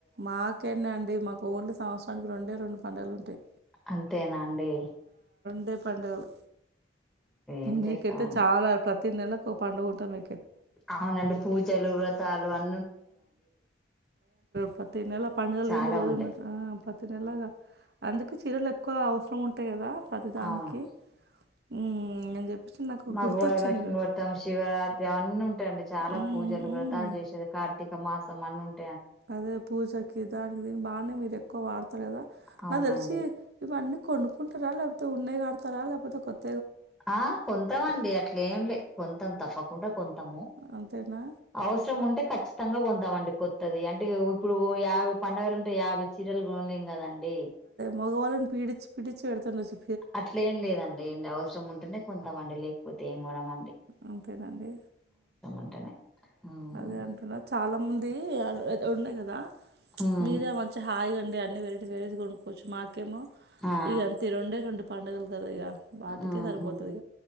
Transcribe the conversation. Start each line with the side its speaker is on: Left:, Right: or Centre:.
Right: మాకేన్నాండి మాకు ఓన్లీ సంవత్సరానికి రెండే రెండు పండుగలు ఉంటాయి.
Centre: అంతేనా అండి.
Right: ఇ పండుగలు
Centre: ఏం
Right: మీకైతే
Centre: చేస్తామండి
Right: చాలా ప్రతి నెల ఒక పండుకుంటది.
Centre: అవునండి పూజలు వ్రతాలు అ
Right: ప్రతి నెలా పండుగ
Centre: చాలా
Right: లేనిదే రోజు
Centre: ఉంటాయి
Right: ఉందా త నెల్లాగా అందుకే చీరలు ఎక్కువ అవసరం ఉంటాయి కదా. ప్రతి దానికి
Centre: అవును
Right: మ్మ్, అని చెప్పేసి నాకు
Centre: మకువారి
Right: గుర్తొచ్చింది
Centre: లక్ష్మీ
Right: మీరు
Centre: వ్రతం శివరాత్రి అవన్నీ ఉంటాయిడి. చాలా
Right: మ్మ్,
Centre: పూజలు
Right: మ్మ్.
Centre: వ్రతాలు చేసేరు కార్తీక మాస. సమానంత
Right: అదే పూజకిదాకుద బా మీద ఎక్కువ వాడతారు కదా
Centre: అవునండి
Right: నాకు తెలిసి ఇవన్నీ కొనుక్కుంటారా లేకపోతే ఉన్నే ఆడతారా లేకపోతే కొత్త.
Centre: ఆ పొంతామండి అట్లే ఏం లే త తప్పకుండా కొంత
Right: అంతేనా
Centre: అవసరం ఉంటే ఖచ్చితంగా అండి కొత్తది అంటే ఇప్పుడు ఓ యాభై పండుగలు ఉంటే యాభై చీరలులేం కదండి. ప్
Right: మగవాళ్ళన్ పీడించి పడి ఎడుతుండ వచ్చు
Centre: అట్లే ఏం లేదండి ఏం అవసరం ఉంటేనే. కొంతమం లేకపోతే ఏం కోనము
Right: అంతేనండి
Centre: ఉంటేనే హ్మ్.
Right: అదే అంటున్నా చాలా మంది అది ఉన్నాయి కదా
Centre: ఉమ్
Right: మీరే మంచిగా హాయిగా అండి అన్ని వరే వేరస్ కొనువచ్చు మా కేమ
Centre: ఆ
Right: ఈగ అంత రెండే రెండు పాండగలు ఇ వాటికే
Centre: ఆహా
Right: సరిపోతుంది